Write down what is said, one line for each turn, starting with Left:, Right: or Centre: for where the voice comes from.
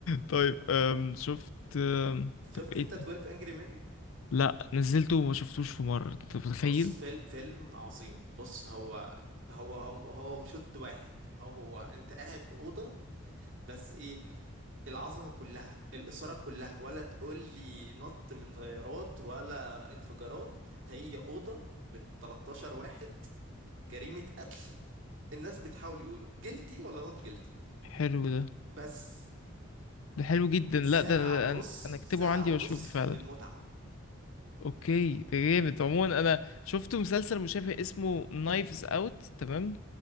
Left: طيب أم... شفت أم...
Right: شفت
Left: طب ايه
Right: انت 12
Left: ده؟
Right: انجري مين
Left: لا نزلته وما شفتوش في مرة انت متخيل
Right: بص فيلم فيلم عظيم بص هو هو هو شوت واحد هو انت قاعد في اوضه بس ايه العظمه كلها الاثاره كلها ولا تقول لي نط من طيارات ولا انفجارات هي اوضه ب 13 واحد جريمه قتل الناس بتحاول يقولوا جلتي ولا نوت جلتي
Left: حلو ده
Right: بس
Left: ده حلو جدا لا
Right: ساعة
Left: ده ده
Right: ونص
Left: انا أنا اكتبه
Right: ساعة
Left: عندي
Right: ونص
Left: واشوفه فعلا
Right: من متعة
Left: اوكي ده جامد عموما انا شفت مسلسل مشابه اسمه نايفز اوت تمام